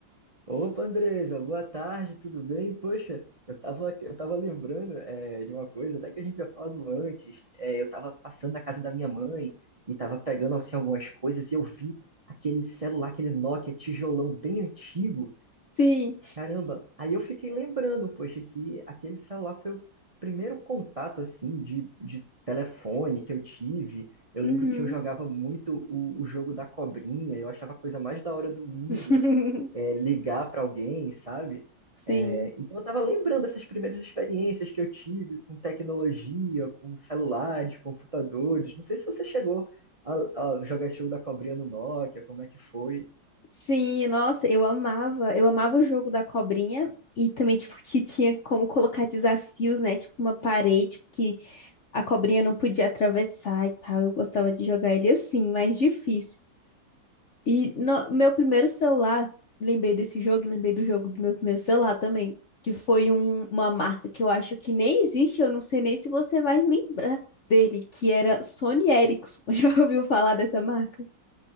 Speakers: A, on the right (about 35°); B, on the left (about 60°).
A: Opa, Andresa, boa tarde, tudo bem? Poxa, eu tava, eu tava lembrando é, de uma coisa, até que a gente tinha falado antes. É, eu tava passando na casa da minha mãe e tava pegando assim, algumas coisas e eu vi aquele celular, aquele Nokia tijolão bem antigo.
B: Sim.
A: Caramba, aí eu fiquei lembrando, poxa, que aquele celular foi o primeiro contato assim de, de telefone que eu tive. Eu
B: Uhum.
A: lembro que eu jogava muito o, o jogo da cobrinha, eu achava a coisa mais da hora do mundo
B: <laughs>
A: é, ligar para alguém, sabe?
B: Sim.
A: É, então eu estava lembrando dessas primeiras experiências que eu tive com tecnologia, com celulares, computadores. Não sei se você chegou a, a jogar esse jogo da cobrinha no Nokia, como é que foi?
B: Sim, nossa, eu amava. Eu amava o jogo da cobrinha e também, tipo, que tinha como colocar desafios, né? Tipo, uma parede que a cobrinha não podia atravessar e tal. Eu gostava de jogar ele assim, mais difícil. E no meu primeiro celular, lembrei desse jogo, e lembrei do jogo do meu primeiro celular também, que foi um- uma marca que eu acho que nem existe, eu não sei nem se você vai lembrar dele, que era Sony Ericsson. <laughs> Já ouviu falar dessa marca?